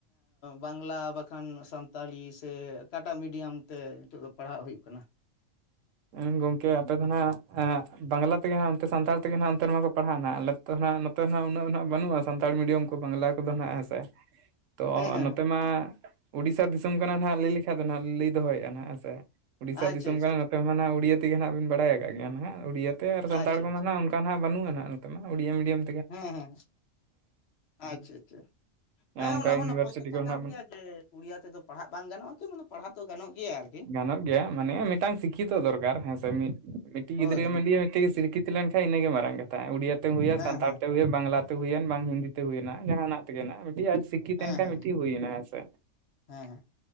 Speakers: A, on the left (about 55°); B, on the right (about 70°).
A: ᱵᱟᱝᱞᱟ ᱵᱟᱠᱷᱟᱱ ᱥᱟᱱᱛᱟᱞᱤ ᱥᱮ ᱟᱠᱟᱴᱟᱜ ᱢᱤᱰᱤᱭᱟᱢ ᱛᱮ ᱱᱮᱛᱳᱜ ᱫᱚ ᱯᱟᱲᱦᱟᱜ ᱦᱩᱭᱩᱜ ᱠᱟᱱᱟ?
B: ᱩᱝ ᱜᱚᱝᱠᱮ ᱟᱯᱮ ᱫᱚ ᱱᱟᱦᱟᱜ ᱟᱜ ᱵᱟᱝᱞᱟ ᱛᱮᱜᱮ ᱦᱟᱜ ᱚᱱᱛᱮ ᱥᱟᱱᱛᱟᱲ ᱛᱮᱜᱮ ᱱᱟᱦᱟᱜ ᱚᱱᱛᱮᱱ ᱨᱮᱢᱟᱠᱚ ᱯᱟᱲᱦᱟᱣ ᱮᱱᱟ ᱟᱞᱮ ᱛᱚ ᱱᱟᱦᱟᱜ ᱱᱚᱛᱮ ᱱᱟᱦᱟᱜ ᱩᱱᱟᱹᱜ ᱱᱟᱜ ᱵᱟᱹᱱᱩᱜᱼᱟ ᱥᱟᱱᱛᱟᱲ ᱢᱤᱰᱤᱭᱟᱢ ᱠᱚ ᱵᱟᱝᱞᱟ ᱠᱚᱫᱚ ᱱᱟᱦᱟᱜ ᱦᱮᱸᱥᱮ᱾
A: <inaudible>
B: ᱛᱚ
A: ᱦᱮᱸ
B: ᱱᱚᱛᱮ
A: ᱦᱮᱸ
B: ᱢᱟ ᱩᱲᱤᱥᱥᱟ ᱫᱤᱥᱚᱢ ᱠᱟᱱᱟ ᱱᱟᱦᱟᱜ ᱞᱟᱹᱭ ᱞᱮᱠᱷᱟᱡ ᱫᱚ ᱦᱟᱸᱜ ᱞᱟᱹᱭ ᱫᱚᱦᱚᱭᱮᱜᱼᱟ ᱱᱟᱦᱟᱜ ᱦᱮᱸ ᱥᱮ᱾ ᱩᱲᱤᱥᱥᱟ
A: ᱟᱪᱪᱷᱟ
B: ᱫᱤᱥᱚᱢ
A: ᱟᱪᱪᱷᱟ
B: ᱠᱟᱱᱟ ᱱᱚᱛᱮ ᱢᱟ ᱱᱟᱦᱟᱜ ᱩᱲᱤᱭᱟᱹ ᱛᱮᱜᱮ ᱱᱟᱦᱟᱜ ᱵᱤᱱ ᱵᱟᱲᱟᱭ ᱟᱠᱟᱜ ᱜᱮᱭᱟ ᱱᱟᱦᱟᱜ ᱩᱲᱤᱭᱟᱹ ᱛᱮ ᱟᱨ ᱥᱟᱱᱛᱟᱲ
A: ᱟᱪᱪᱷᱟ
B: ᱠᱚᱢᱟ
A: ᱟᱪᱪᱷᱟ
B: ᱱᱟᱦᱟᱜ ᱚᱱ ᱠᱟ ᱱᱟᱦᱟᱜ ᱵᱟᱹᱱᱩᱜᱼᱟᱱᱟ ᱱᱟᱦᱟᱜ ᱱᱚᱛᱮ ᱢᱟ ᱩᱲᱤᱭᱟ ᱢᱤᱰᱟᱢ
A: ᱦᱮᱸ ᱦᱮᱸ ᱦᱮ ᱟᱪᱷᱟᱹ ᱪᱷᱟᱹ, ᱦᱮᱸ
B: ᱚᱱᱠᱟ
A: ᱚᱱᱟ
B: ᱤᱭᱩᱱᱤᱵᱷᱟᱨᱥᱤᱴᱤ
A: ᱦᱚᱸ ᱱᱟᱯᱟᱭ ᱠᱟᱛᱷᱟ
B: ᱠᱚ
A: ᱠᱟᱱ
B: ᱱᱟᱜ ᱵᱚᱱ
A: ᱜᱮᱭᱟ ᱡᱮ ᱩᱲᱤᱭᱟ ᱛᱮᱫᱚ ᱯᱟᱲᱦᱟᱜ ᱵᱟᱝ ᱜᱟᱱᱚᱜᱼᱟ ᱠᱤ <inaudible> ᱯᱟᱲᱦᱟᱜ ᱫᱚ ᱜᱟᱱᱚᱜ ᱜᱮᱭᱟ ᱟᱨᱠᱤ᱾
B: ᱜᱟᱱᱚᱜ ᱜᱮᱭᱟ ᱢᱟᱱᱮ ᱢᱤᱫᱴᱟᱝ ᱥᱤᱠᱠᱷᱤᱛᱚ ᱫᱚᱨᱠᱟᱨ ᱦᱮᱸ ᱥᱮ ᱢᱤᱫ ᱢᱤᱫᱴᱤᱡ
A: ᱦᱳᱭ
B: ᱜᱤᱫᱽᱨᱟᱹ
A: ᱦᱳᱭ
B: ᱢᱤᱰᱤᱭᱟᱹ ᱛᱤᱜᱤ ᱥᱤᱨᱠᱷᱤᱛ ᱞᱮᱱᱠᱷᱟᱡ ᱤᱱᱟᱹᱜᱮ ᱢᱟᱨᱟᱝ ᱠᱟᱛᱷᱟ ᱩᱰᱤᱭᱟᱹ ᱛᱮ ᱦᱩᱭ-ᱮ
A: ᱦᱮᱸ
B: ᱥᱟᱱᱛᱟᱲ
A: ᱦᱮᱸ
B: ᱛᱮ ᱦᱩᱭᱩ-ᱮ ᱵᱟᱝᱞᱟ ᱦᱩᱭᱮᱱ ᱵᱟᱝ ᱦᱤᱱᱫᱤ ᱛᱮ ᱦᱩᱭᱱᱟ ᱡᱟᱦᱟᱱᱟᱜ ᱛᱮᱜᱮ ᱱᱟᱜ ᱢᱤᱫᱴᱤᱡ ᱟᱡ ᱥᱤᱠᱷᱤᱛᱮᱱ
A: ᱦᱮᱸ
B: ᱠᱷᱟᱡ
A: ᱦᱮᱸ
B: ᱢᱤᱫᱴᱤᱡ ᱦᱩᱭᱮᱱᱟ ᱦᱮᱸ ᱥᱮ᱾
A: ᱦᱮᱸ ᱦᱮᱸ